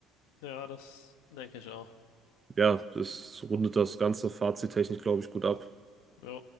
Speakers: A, on the left; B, on the right.
A: ja, das denke ich auch.
B: Ja, das rundet das ganze Fazittechnisch, glaube ich, gut ab.
A: Jo.